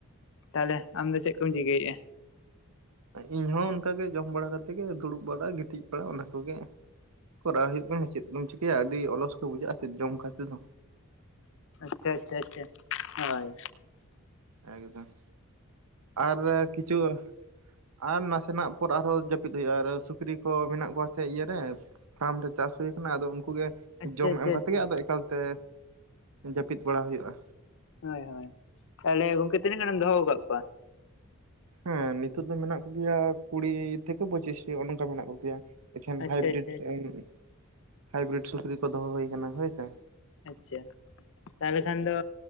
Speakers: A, on the left; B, on the right.
A: ᱛᱟᱦᱞᱮ ᱟᱢ ᱫᱚ ᱪᱮᱫ ᱠᱚᱢ ᱪᱤᱠᱟᱹᱭᱮᱫᱼᱟ
B: ᱤᱧ ᱦᱚᱸ ᱚᱱᱠᱟ ᱜᱮ ᱡᱚᱢ ᱵᱟᱲᱟ ᱠᱟᱛᱮ ᱜᱮ ᱫᱩᱲᱩᱵ ᱵᱟᱲᱟ ᱜᱤᱛᱤᱡ ᱵᱟᱲᱟ ᱚᱱᱟ ᱠᱚᱜᱮ ᱠᱚᱨᱟᱣ ᱦᱩᱭᱩᱜ ᱠᱟᱱᱟ ᱪᱮᱫ ᱫᱚᱢ ᱪᱤᱠᱟᱹᱭᱟ ᱟᱹᱰᱤ ᱚᱞᱚᱥ ᱠᱚ ᱵᱩᱡᱷᱟᱹᱜᱼᱟ ᱪᱮᱫ ᱡᱚᱢ ᱠᱟᱛᱮ ᱫᱚ
A: ᱟᱪᱪᱷᱟ ᱟᱪᱪᱷᱟ ᱟᱪᱪᱷᱟ ᱦᱳᱭ
B: ᱮᱠᱫᱚᱢ ᱟᱨ ᱠᱤᱪᱷᱩ ᱟᱨ ᱱᱟᱥᱮᱱᱟᱜ ᱯᱚᱨ ᱟᱨᱦᱚᱸ ᱡᱟᱹᱯᱤᱫ ᱦᱩᱭᱩᱜᱼᱟ ᱟᱨ ᱥᱩᱠᱨᱤ ᱠᱚ ᱢᱮᱱᱟᱜ ᱠᱚᱣᱟ ᱥᱮ ᱤᱭᱟᱹᱨᱮ ᱯᱷᱟᱨᱢ ᱨᱮ ᱪᱟᱥ ᱦᱩᱭ ᱟᱠᱟᱱᱟ ᱟᱫᱚ ᱩᱱᱠᱩ ᱜᱮ
A: ᱟᱪᱪᱷᱟ
B: ᱡᱚᱢ
A: ᱟᱪᱪᱷᱟ
B: ᱮᱢ ᱠᱟᱛᱮ
A: ᱟᱪᱪᱷᱟ
B: ᱜᱮ ᱟᱫᱚ ᱮᱠᱟᱞᱛᱮ ᱡᱟᱹᱯᱤᱫ ᱵᱟᱲᱟ ᱦᱩᱭᱩᱜᱼᱟ
A: ᱦᱳᱭ ᱦᱳᱭ ᱛᱟᱦᱞᱮ ᱜᱚᱝᱠᱮ ᱛᱤᱱᱟᱹᱜ ᱜᱟᱱᱮᱢ ᱫᱚᱦᱚ ᱟᱠᱟᱫ ᱠᱚᱣᱟ
B: ᱦᱮᱸ ᱱᱤᱛᱳᱜ ᱫᱚ ᱢᱮᱱᱟᱜ ᱠᱚᱜᱮᱭᱟ ᱠᱩᱲᱤ ᱛᱷᱮᱠᱮ ᱯᱚᱸᱪᱤᱥᱴᱤ ᱚᱜᱼᱱᱚᱝᱠᱟ ᱢᱮᱱᱟᱜ ᱠᱚᱜᱮᱭᱟ ᱮᱠᱷᱮᱱ
A: ᱟᱪᱪᱷᱟ
B: ᱦᱟᱭᱵᱨᱤᱰ
A: ᱟᱪᱪᱷᱟ ᱟᱪᱪᱷᱟ
B: ᱮᱢ ᱦᱟᱭᱵᱨᱤᱰ ᱥᱩᱠᱨᱤ ᱠᱚ ᱫᱚᱦᱚ ᱦᱩᱭ ᱠᱟᱱᱟ ᱦᱳᱭᱥᱮ
A: ᱟᱪᱪᱷᱟ ᱛᱟᱦᱚᱞᱮ ᱠᱷᱟᱱ ᱫᱚ